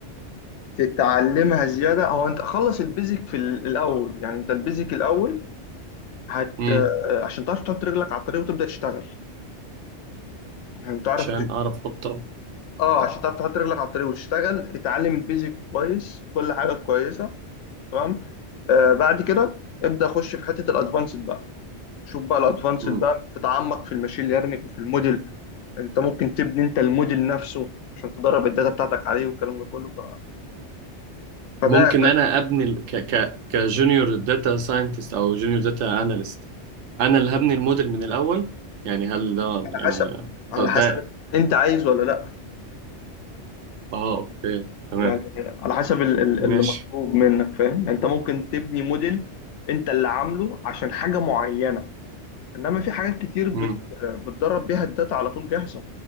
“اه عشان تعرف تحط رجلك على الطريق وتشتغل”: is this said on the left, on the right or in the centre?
Left